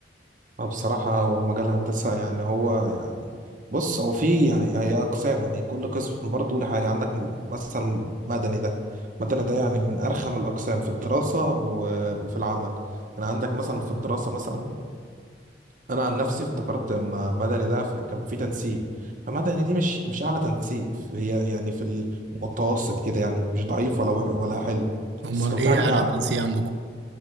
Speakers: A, on the right (about 45°); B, on the right (about 65°).
A: اه بصراحة هو مجال هندسة يعني هو يعني بص هو في يعني هي أقسام يعني كل قسم برضه له حاجة عندك م- مثلا مدني ده مدني ده يعني من أرخم الأقسام في الدراسة و- وفي العمل يعني عندك مثلا في الدراسة مثلا أنا عن نفسي افتكرت لما مدني ده ف- كان في تنسيق فمدني دي مش مش أعلى تنسيق هي يعني في المتوسط كده يعني مش ضعيف ولا ولا حلو
B: امال
A: بس كان
B: ايه
A: في حاجات
B: اعلى
A: أعلى
B: تنسيق عندكم